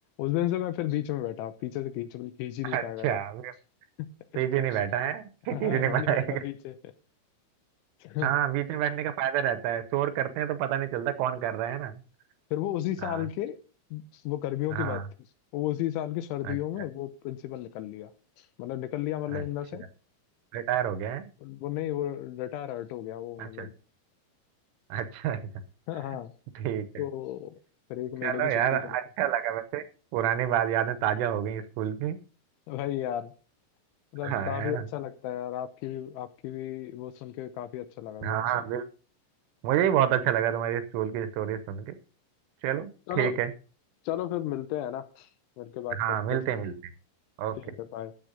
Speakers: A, on the left (about 75°); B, on the right (about 80°).
A: उस दिन से मैं फिर बीच में बैठा पीछे से खींच खींच ही नहीं
B: अच्छा
A: पाएगा था
B: वे
A: <laughs>
B: पीछे नहीं बैठा है <laughs> खींच
A: मैं
B: नहीं पाएगा
A: नहीं बैठा पीछे <laughs>
B: हाँ बीच में बैठने का फायदा रहता है शोर करते हैं तो पता नहीं चलता कौन कर रहा है ना
A: फिर वो उसी साल
B: हाँ
A: के वो गर्मियों
B: हाँ
A: की बात थी वो उसी साल की सर्दियों
B: अच्छा
A: में वो प्रिंसिपल निकल लिया मतलब निकल लिया मतलब
B: अच्छा
A: इन द सेंस
B: रिटायर हो गया है
A: वो नहीं वो रिटायर हर्ट हो गया वो
B: अच्छा
A: मतलब
B: अच्छा अच्छा
A: हाँ हाँ,
B: ठीक
A: तो
B: है
A: फिर एक महीने
B: चलो
A: की छुट्टी
B: यार अच्छा
A: कर दी
B: लगा वैसे पुरानी बात यादें ताजा हो गई स्कूल की
A: भाई यार मतलब
B: हाँ
A: काफी
B: है ना
A: अच्छा लगता है यार आपकी भी आपकी भी वो सुन के काफी अच्छा लगा
B: हाँ
A: मेरे
B: हाँ
A: को
B: बिल्कुल मुझे भी बहुत अच्छा लगा तुम्हारी स्कूल की स्टोरी सुन के चलो
A: चलो
B: ठीक है
A: चलो फिर मिलते हैं ना मिलके बात
B: हाँ
A: करते
B: मिलते
A: हैं इस
B: हैं
A: बारे
B: मिलते
A: में।
B: हैं ओके
A: ठीक है बाय